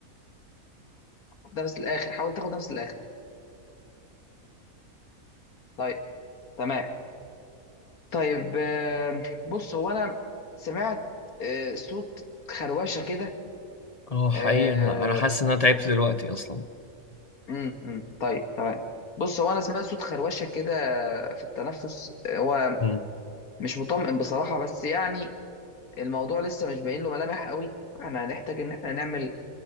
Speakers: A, on the left; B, on the left.
A: خد نفس للآخر حاول تاخد نفس للآخر طيب تمام طيب آه، بص هو انا سمعت آه، صوت خروشة كده
B: اه حقيقي
A: آه،
B: أنا أنا حاسس إن أنا تعبت دلوقتي أصلا
A: أمم، أمم. طيب تمام بص هو انا سمعت صوت خروشه كده في التنفس هو
B: مم.
A: مش مطمئن بصراحه بس يعني الموضوع لسه مش باين له ملامح قوي فاحنا هنحتاج ان احنا نعمل